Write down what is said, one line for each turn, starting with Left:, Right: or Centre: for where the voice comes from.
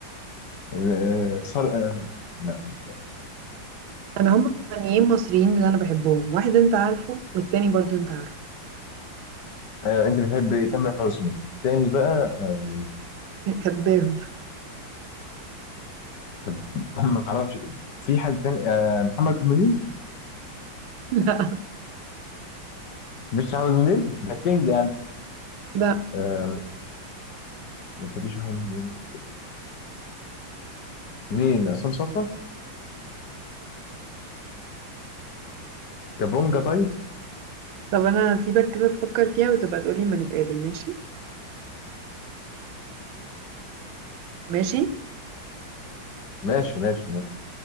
Left: آه، صالح آه، لا مش
Right: انا هم مغنيين مصريين اللي انا بحبهم واحد انت عارفه والتاني برضو انت عارفه
Left: آه، انت بتحب تامر حسني التاني بقى آه،
Right: <laughs> كذاب
Left: طب ما اعرفش في حد تاني آه، محمد منير
Right: لا
Left: مش محمد منير ده كينج يعني
Right: لا
Left: آه، ما تسيبيش محمد منير مين عصام صاصا كابونجا طيب
Right: طب انا هسيبك كده تفكر فيها وتبقى تقولي ما نتقابل ماشي ماشي
Left: ماشي ماشي ماشي